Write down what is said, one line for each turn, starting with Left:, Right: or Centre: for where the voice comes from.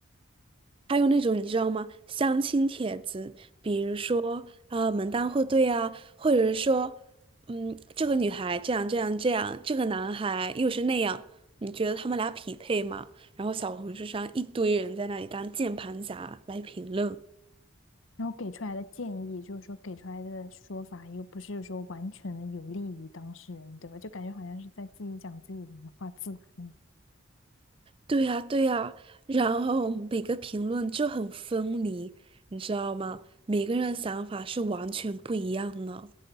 Right: 还有那种你知道吗？相亲帖子，比如说啊门当户对啊，或者是说，嗯，这个女孩这样这样这样，这个男孩又是那样，你觉得他们俩匹配吗？然后小红书上一堆人在那里当键盘侠来评论，
Left: 然后给出来的建议，就是说给出来的说法又不是说完全的有利于当事人，对吧？就感觉好像是在自己讲自己的话自嗨。
Right: 对呀对呀，然后每个评论就很分离，你知道吗？每个人的想法是完全不一样的。